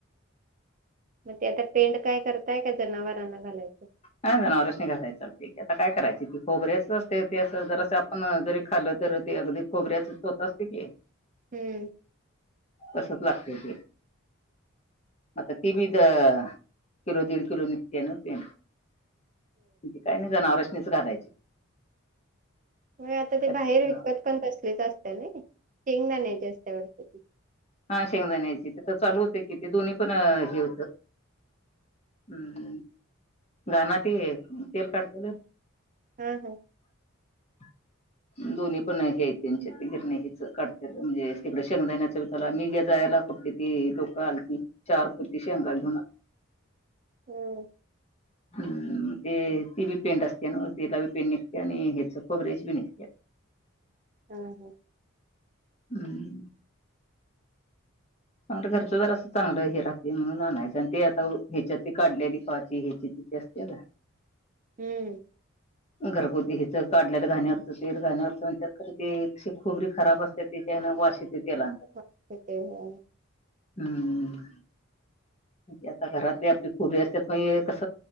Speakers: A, on the right (about 35°); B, on the left (about 30°).
A: मग ते आता पेंड काय करताय? का जनावरांना घालायच.
B: नाही जणावरासणी घालाय चालतय की. आता काय करायची ती खोबऱ्याच असते ते. अस जर अस आपण जरी खाल तर ते अगदी खोबऱ्याच चोथ असते की
A: हम्म
B: तसच लागत ते. आता ते बी द किलो दीड कीलो निघतेय ना पेंड. काही नाही जनावरासनीच घालायची.
A: व्हय, आता ते
B: खात्यात
A: बाहेर विकत
B: जनावर
A: पण बसलेच असतात नही. शेंगदण्याची असते वाटत ती.
B: हा शेंगदाण्याची. तिथ चालू होते कि. ते दोन्ही पण हे होत. हम्म, घाना ते तेल काढतेल
A: हम्म हम्म
B: <inaudible> दोन्ही पण आहे हे त्यांच. तिथे पण हे काढत्याल म्हणजे तिकडे शेंगदाण्याच चला मीघे जायला कुठली ती लोक आलती. चार पोती शेंगा घेऊन आ
A: हम्म
B: हम्म, ते ती बी पेंट असते ना. ते बी पेंट निघते. आणि ह्याच शेंगदाण्याची बी निघते.
A: ह ह
B: हम्म चांगल घरच जरास चांगल हे राहते म्हणून आणायच. आणि ते आता ह्याच्यात काढलेली पाती ह्याची <unintelligible>
A: हम्म
B: घरगुती हित काढलेल घाण्यावरच तेल घाण्यावरच म्हणच्यात, ते शे खोबरी खराब असत्यात. ते त्यांन वास येते तेलांना.
A: <unintelligible>
B: हम्म आता घरातली आपली खोबरी असतात पण हे कस